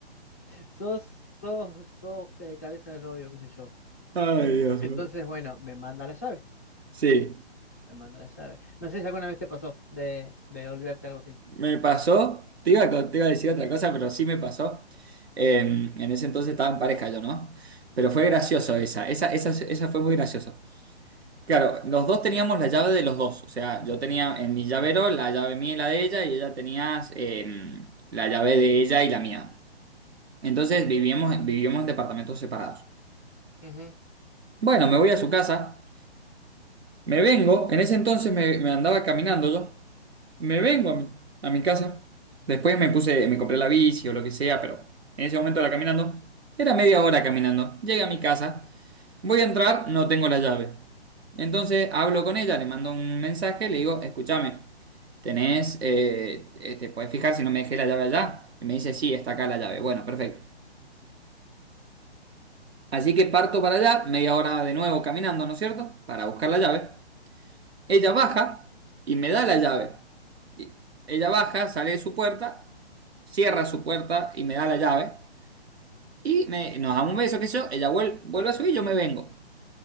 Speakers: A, on the left (about 15°); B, on the right (about 75°).
A: sos, sos, sos, eh, cabeza de novio, qué sé yo.
B: Ay, Dios
A: Entonces,
B: mío.
A: bueno, me manda la llave,
B: Sí.
A: ¿viste? Me manda la llave. No sé si alguna vez te pasó de, de olvidarte algo así.
B: Me pasó, te iba, a co- te iba a decir otra cosa, pero sí me pasó. En, en ese entonces estaba en pareja yo, ¿no? Pero fue gracioso esa, esa, esa, esa fue muy graciosa. Claro, los dos teníamos la llave de los dos, o sea, yo tenía en mi llavero la llave mía y la de ella, y ella tenía eh, la llave de ella y la mía. Entonces vivíamos, vivíamos en departamentos separados.
A: Ujú, ujú.
B: Bueno, me voy a su casa, me vengo, en ese entonces me, me andaba caminando yo. Me vengo a mi, a mi casa. Después me puse, me compré la bici o lo que sea, pero en ese momento era caminando. Era media hora caminando. Llegué a mi casa, voy a entrar, no tengo la llave. Entonces hablo con ella, le mando un mensaje, le digo, escúchame, tenés, eh, eh, te puedes fijar si no me dejé la llave allá. Y me dice, sí, está acá la llave. Bueno, perfecto. Así que parto para allá, media hora de nuevo caminando, ¿no es cierto? Para buscar la llave. Ella baja y me da la llave. Y ella baja, sale de su puerta, cierra su puerta y me da la llave. Y me- nos damos un beso, qué sé yo. Ella vuel- vuelve a subir, yo me vengo.